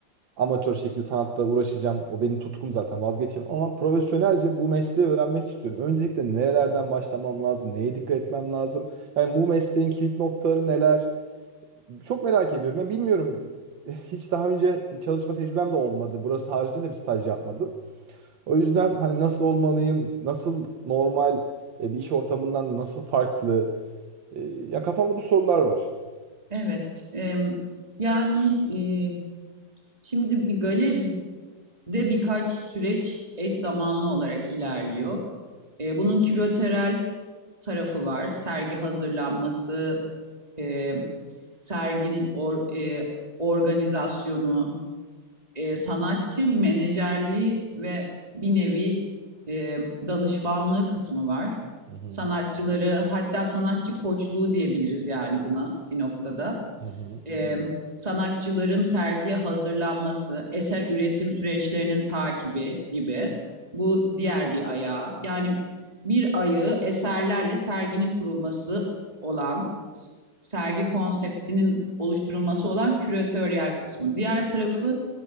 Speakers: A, on the right; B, on the right.
A: amatör şekilde sanatla uğraşacağım. O benim tutkum zaten vazgeçemem. Ama profesyonelce bu mesleği öğrenmek istiyorum. Öncelikle nerelerden başlamam lazım? Neye dikkat etmem lazım? Yani bu mesleğin kilit noktaları neler? Çok merak ediyorum. Yani bilmiyorum. Hiç daha önce bir çalışma tecrübem de olmadı. Burası haricinde de bir staj yapmadım. O yüzden hani nasıl olmalıyım, nasıl normal e, bir iş ortamından nasıl farklı? E, ya kafamda bu sorular var.
B: Evet. e, yani e, şimdi bir galeride birkaç süreç eş zamanlı olarak ilerliyor. E, bunun küratörel tarafı var. Sergi hazırlanması, e, serginin or- e, organizasyonu, e, sanatçı menajerliği ve bir nevi e, danışmanlığı kısmı var.
A: Hı hı.
B: Sanatçıları hatta sanatçı koçluğu diyebiliriz yani buna bir noktada
A: Hı hı.
B: e, sanatçıların sergiye hazırlanması, eser üretim süreçlerinin takibi gibi. Bu diğer bir ayağı. Yani bir ayı eserlerle serginin kurulması olan, sergi konseptinin oluşturulması olan küratöryel kısmı. Diğer tarafı